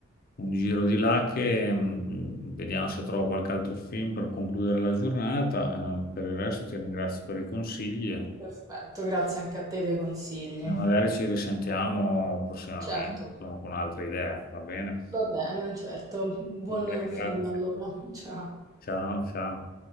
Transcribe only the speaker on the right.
Perfetto, grazie anche a te dei consigli.
Certo,
va bene, certo. Buon
film
allora. <laughs> Ciao.